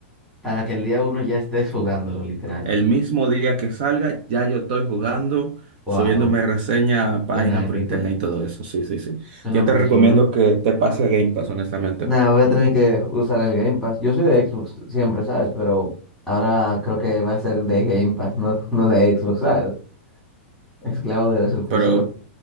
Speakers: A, in the centre; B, on the right (about 45°).
A: para que el día uno ya estés jugándolo, literal.
B: El mismo día que salga, ya yo estoy jugando, subiéndome
A: Wow,
B: reseña a página
A: suena épico,
B: por internet y todo eso. Sí, sí, sí.
A: suena
B: Yo
A: muy
B: te recomiendo
A: chulo.
B: que te pase a Game Pass, honestamente.
A: Nada, voy a tener que usar el Game Pass. Yo soy de Xbox siempre, ¿sabes? Pero ahora creo que va a ser de Game Pass, no, no de Xbox, ¿sabes? Esclavo de la suscripción.
B: Pero,